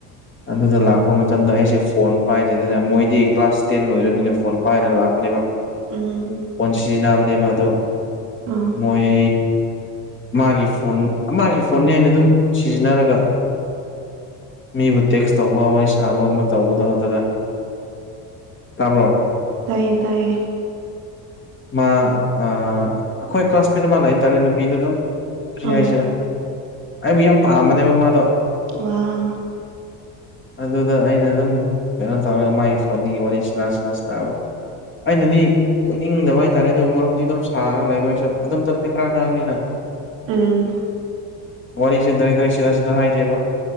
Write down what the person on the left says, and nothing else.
ꯑꯗꯨꯗ ꯂꯥꯛꯄ ꯃꯇꯝꯗ ꯑꯩꯖꯦ ꯐꯣꯟ ꯄꯥꯏꯗꯦꯗꯅ ꯃꯣꯏꯗꯤ ꯀ꯭ꯂꯥꯁ ꯇꯦꯟ ꯂꯣꯏ ꯑꯩꯅ ꯐꯣꯟ ꯄꯥꯏꯔ ꯂꯥꯛꯄꯅꯦꯕ
ꯐꯣꯟ ꯁꯤꯖꯤꯟꯅꯕꯅꯦꯕ ꯑꯗꯣ
ꯃꯣꯏ ꯃꯥꯒꯤ ꯐꯣꯟ ꯃꯥꯒꯤ ꯐꯣꯟꯅꯦ ꯑꯩꯅ ꯑꯗꯨꯝ ꯁꯤꯖꯤꯟꯅꯔꯒ ꯃꯤꯕꯨ ꯇꯦꯛꯁ ꯇꯧꯕ ꯋꯥꯔꯤ ꯁꯥꯕ ꯑꯃ ꯇꯧꯕꯗꯣ ꯑꯗꯨꯗ ꯇꯕ꯭ꯔꯣ
ꯃꯥ ꯑꯥ ꯈꯣꯏ ꯀ꯭ꯂꯥꯁꯃꯦꯠ ꯑꯃ ꯂꯩꯇꯔꯦ ꯅꯨꯄꯤꯗꯣ ꯑꯗꯨꯝ ꯀꯔꯤ
ꯍꯥꯏꯁꯤꯔ ꯑꯩꯕꯨ ꯌꯥꯝ ꯄꯥꯝꯕꯅꯦꯕ ꯃꯥꯗꯣ
ꯑꯗꯨꯗ ꯑꯩꯅ ꯑꯗꯨꯝ ꯀꯩꯅꯣ ꯇꯧꯔꯒ ꯃꯥꯏ ꯐꯣꯟꯗꯒꯤ ꯋꯥꯔꯤ ꯁꯅꯥ ꯁꯅꯥ ꯁꯅꯕ ꯑꯩꯅꯗꯤ ꯀꯣꯏꯅꯤꯡꯗꯕ ꯍꯥꯏꯇꯔꯦ ꯑꯗꯨ ꯃꯔꯨꯞꯇꯤ ꯑꯗꯨꯝ ꯁꯥꯔ ꯂꯩꯕ ꯑꯩꯁꯨ ꯑꯗꯨ ꯃꯇꯝꯗꯤ ꯈꯔ ꯑꯉꯥꯡꯅꯤꯅ
ꯋꯥꯔꯤꯁꯦ ꯗꯏꯔꯦꯛ ꯗꯏꯔꯦꯛ ꯁꯤꯗ ꯁꯤꯗ ꯍꯥꯏꯗꯦꯕ